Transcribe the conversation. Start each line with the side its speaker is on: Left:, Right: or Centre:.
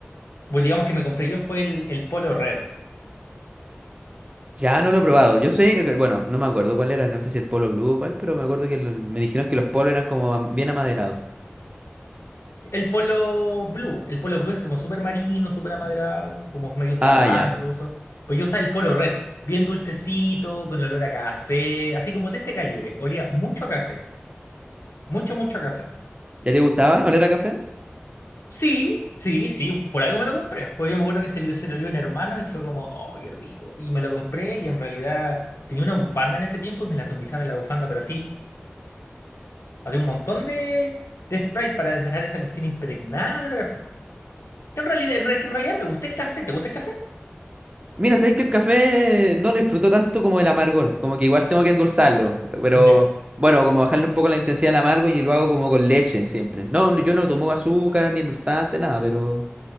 Left: pues digamos que me compré yo fue el, el Polo Red.
Right: ya no lo he probado. Yo sé, que- bueno, no me acuerdo cuál era, no sé si el polo blue o cuál, pero me acuerdo que lo- me dijeron que los polos eran como am- bien amaderados.
Left: El Polo Blue. El Polo Blue es como súper marino, súper amaderado, como medio salado
Right: Ah, ya.
Left: incluso. Pues yo usaba el Polo Red, bien dulcecito, con olor a café, así como de ese calibre. Olía mucho a café, mucho, mucho a café.
Right: ¿Ya te gustaba oler a café?
Left: Sí, sí, sí, por algo me lo compré. Porque yo me acuerdo que se lo, se lo dio un hermano y fue como, oh, qué rico. Y me lo compré y en realidad tenía una bufanda en ese tiempo y me la atomizaba en la bufanda, pero así, había un montón de, de Sprite para dejar esa cuestión impregnada al olor a café. Que En realidad, en, re- que en realidad me gusta el café. ¿Te gusta el café?
Right: Mira, sabéis que el café no lo disfruto tanto como el amargor, como que igual tengo que endulzarlo, pero
Left: Ya.
Right: bueno, como bajarle un poco la intensidad al amargo y lo hago como con leche siempre. No, no- yo no tomo azúcar ni endulzante, nada, pero